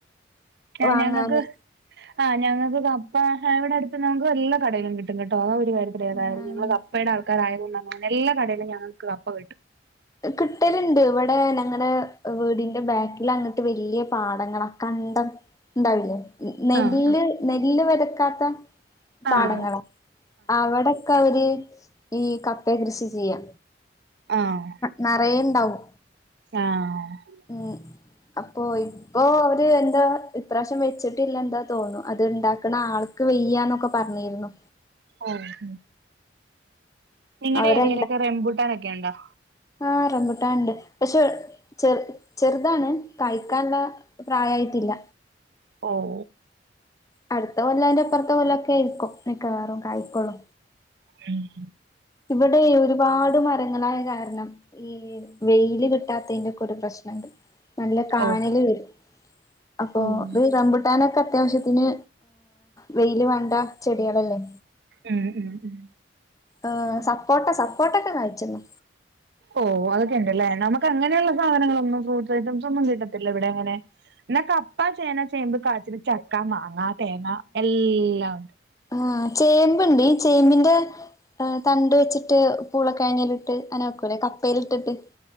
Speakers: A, on the right; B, on the left.
A: ആഹ്
B: വാങ്ങാന്
A: ഞങ്ങക്ക് ആഹ് ഞങ്ങക്ക് കപ്പ ഇവിടെ അടുത്ത് നമുക്ക് എല്ലാ കടയിലും കിട്ടും കേട്ടോ അ <unintelligible>
B: ആഹ്
A: ങ്ങള് കപ്പയുടെ ആൾക്കാര യത് കൊണ്ട എല്ലാ കടയിലുംഞങ്ങക്ക് കപ്പ കിട്ടും
B: കിട്ടല്ണ്ട് ഇവിടെ ഞങ്ങടെ വീടിന്റെ ബാക്കിൽ അങ്ങട്ട് വലിയ പാടങ്ങളാ കൺ ണ്ടാവില്ലേ നെല്ല്
A: ആഹ്
B: നെല്ല് വെതക്കാത്ത പാടങ്ങളാ
A: ആഹ്
B: അവിടെക്കെ അവര് ഈ കപ്പെ കൃഷി ചെയ്യാ
A: ആഹ്
B: നറെ ണ്ടാവും.
A: ആഹ്
B: ഉം അപ്പൊ ഇ ഇപ്പൊ അവര് എന്താ ഇപ്രാവശ്യം വെച്ചിട്ടില്ല. എന്താ തോന്നു അത്ണ്ടാക്ക്ണ ആൾ ക്ക് വെയ്യ എന്നൊക്കെ പറഞ്ഞിരുന്നു.
A: ഓഹ് നിങ്ങടെ
B: അവരാ
A: ഏരിയലൊക്കെ റെംബുട്ടാനൊക്കെ ണ്ടോ?
B: ആ റംബിട്ടാണ്ട്. പക്ഷെ ചെറ് ചെറ് താണ്. കഴിക്കാള്ള പ്രായായിട്ടില്ല.
A: ഓഹ്
B: അടുത്ത കൊല്ല അയ്ന്റെ ഇ പ്പുറത്തെ കൊല്ലക്കെയിരിക്കും മിക്കവാറും കായിക്കോള്ളൂ.
A: ഉം
B: ഇവിടെ ഒരുപാട് മരങ്ങളായ കാരണം ഈ വെയിൽ ല് കിട്ടാത്തതിന്റെക്കൊരു പ്രശ്നണ്ട് നല്ല കാനല്
A: ഓക്കെ
B: വരും. അപ്പൊ
A: ഉം
B: ത് റംമ്പുട്ടാനൊക്കെ അത്യാവശ്യത് ന് വെയിൽ വേണ്ട ചെടികളല്ലേ?
A: ഉം ഉം ഉം
B: ഏഹ് സപ്പോട്ട സപ്പോട്ടൊക്കെ കായ് ച്ചിണ്ണ്.
A: ഓഹ് അതക്കെ ണ്ട്ല്ലേ? നമക്ക് അങ്ങനെയുള്ള സാധനങ്ങളൊന്നും ഫ്രൂട്ട് ഐറ്റംസൊന്നും കിട്ടത്തില്ല. ഇവിടെ ങ്ങനെ ന്നാ കപ്പ ചേന ചേമ്പ് കാച്ചി ചക്ക മാങ്ങാ തേങ്ങ എല്ലാം ഉണ്ട്.
B: ആ ചേമ്പ്ണ്ട് ചേമ്പിന്റെ തണ്ട് വെച്ചിട്ട് പൂളക്കകഴഞ്ഞിലിട്ട് അങ്ങനെ വെക്കൂല്ലെ കപ്പൽട്ടിട്ട്